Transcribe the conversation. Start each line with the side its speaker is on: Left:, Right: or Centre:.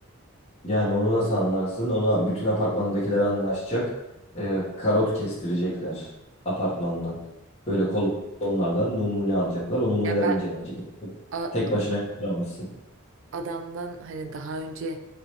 Left: Yani onu nasıl anlarsın? Ona bütün apartmandakiler anlaşacak. Ee, karot kestirecekler apartmandan. Böyle kolonlardan numune alacaklar. O numuneler
Right: Ya ben
Left: incelenecek.
Right: a-
Left: Tek başına yaptıramazsın.
Right: adamdan hani daha önce